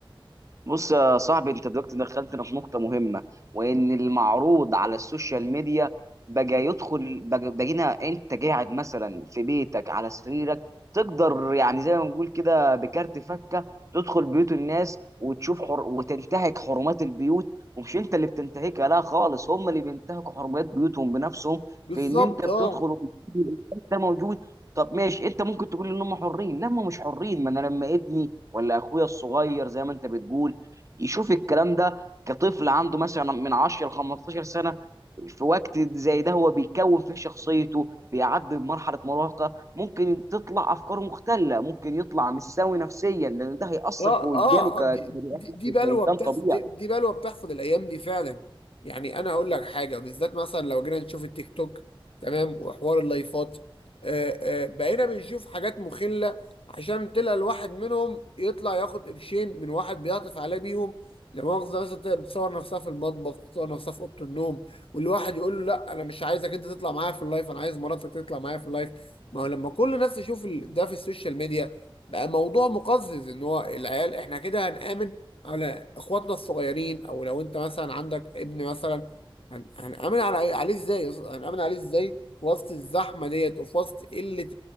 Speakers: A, on the right; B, on the left.
A: بص يا صاحبي انت دلوقتي دخلتنا في نقطة مهمة وان المعروض على السوشيال ميديا بقى يدخل بقى- بقينا انت قاعد مثلا في بيتك على سريرك تقدر يعني زي ما بنقول كده بكارت فكة تدخل بيوت الناس وتشوف حر... وتنتهك حرمات البيوت ومش انت اللي بتنتهكها لا خالص هم اللي بينتهكوا حرمات بيوتهم بنفسهم
B: بالظبط
A: في ان انت بتدخل
B: اه
A: وبتشوف الإنسان ده موجود طب ماشي انت ممكن تقول ان هم حرين لا هم مش حرين ما انا لما ابني ولا اخويا الصغير زي ما انت بتقول يشوف الكلام ده كطفل عنده مثلا من 10 ل 15 سنه في وقت زي ده هو بيكون في شخصيته بيعدي بمرحله مراهقه ممكن تطلع افكاره مختله ممكن يطلع مش سوي نفسيا لان ده هيأثر
B: اه
A: في وجدانه
B: اه
A: ك-
B: آه، دي
A: كبني
B: دي,
A: آدم،
B: دي بلوه
A: كانسان
B: بتحصل
A: طبيعي
B: دي, دي بلوه بتحصل الايام دي فعلا يعني انا هقول لك حاجه بالذات مثلا لو جينا نشوف التيك توك تمام وحوار اللايفات آه آه بقينا بنشوف حاجات مخله عشان تلاقي الواحد منهم يطلع ياخد قرشين من واحد بيعطف عليه بيهم لا مؤاخذه مثلا تلاقي بتصور نفسها في المطبخ بتصور نفسها في اوضه النوم والواحد يقول له لا انا مش عايزك انت تطلع معايا في اللايف انا عايز مراتك تطلع معايا في اللايف ما هو لما كل الناس تشوف ال- ده في السوشيال ميديا بقى موضوع مقزز ان هو العيال احنا كده هنآمن على اخواتنا الصغيرين او لو انت مثلا عندك ابن مثلا هن- هنآمن على عليه ازاي هنآمن عليه ازاي في وسط الزحمة ديت وفي وسط قلة